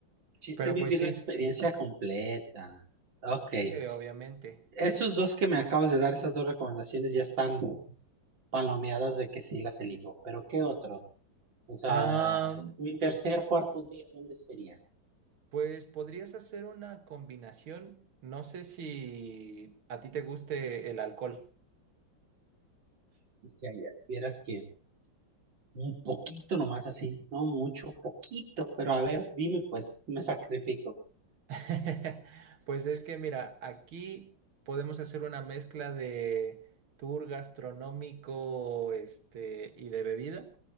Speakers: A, on the right (about 65°); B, on the right (about 85°).
A: Chiste
B: Pero
A: es vivir
B: pues sí,
A: la experiencia completa. Ok.
B: sí, eh, obviamente.
A: Esos dos que me acabas de dar, esas dos recomendaciones ya están palomeadas de que sí las elijo. Pero ¿qué otro? O sea,
B: Ah,
A: mi tercer, cuarto día, ¿dónde sería?
B: pues podrías hacer una combinación. No sé si a ti te guste el alcohol.
A: Ya, ya, vieras que un poquito nomás así, no mucho, poquito, pero a ver, dime pues, me sacrifico.
B: <laughs> Pues es que mira, aquí podemos hacer una mezcla de tour gastronómico, este, y de bebida,